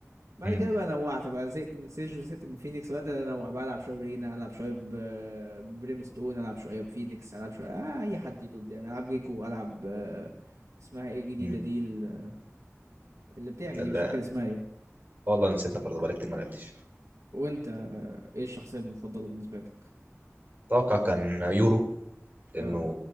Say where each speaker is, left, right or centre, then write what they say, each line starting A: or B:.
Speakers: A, on the right; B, on the right.
A: بعد
B: مم.
A: كده بقى نوعت بقى زهقت من سيج وزهقت من فينيكس وقت أنوع بقى ألعب شوية برينا ألعب شوية ب- ببريم ستون ألعب شوية بفينيكس ألعب شوية آه أي حد يجي قدامي ألعب جيكو ألعب آه، اسمها إيه الجديدة
B: مم.
A: دي ال- اللي بتعمل
B: لا
A: دي مش فاكر اسمها إيه
B: والله نسيتها برضه بقالي كتير ما لعبتش
A: وأنت آه، إيه الشخصية المفضلة بالنسبة لك؟
B: اتوقع كان يورو لانه
A: اه